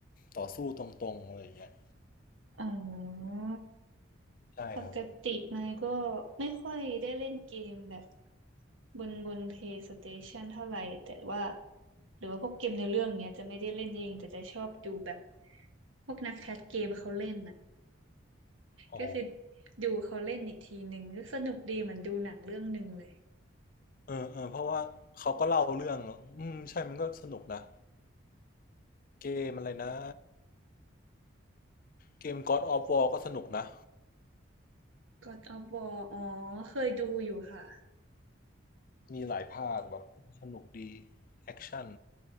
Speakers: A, on the left; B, on the right.
A: ต่อสู้ตรงๆอะไรอย่างเงี้ย
B: อ๋อ
A: ใช่ครับ
B: ปกตินายก็ไม่ค่อยได้เล่นเกมแบบบนบน PlayStation เท่าไหร่แต่ว่าหรือว่าพวกเกมในเรื่องเนี้ยจะไม่ได้เล่นเองแต่จะชอบดูแบบพวกนักแคสเกมเขาเล่นน่ะ
A: อ๋อ
B: ก็คือดูเขาเล่นอีกทีหนึ่งก็สนุกดีเหมือนดูหนังเรื่องหนึ่งเลย
A: เออเออเพราะว่าเขาก็เล่าเรื่องอืมใช่มันก็สนุกนะเกมอะไรนะเกม God of War ก็สนุกนะ
B: God of War อ๋อเคยดูอยู่ค่ะ
A: มีหลายภาคแบบสนุกดีแอคชั่น